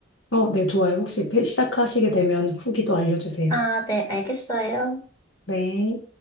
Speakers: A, on the left; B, on the left.
A: 어, 네. 좋아요. 혹시 배- 시작하시게 되면 후기도 알려주세요.
B: 아, 네, 알겠어요.
A: 네.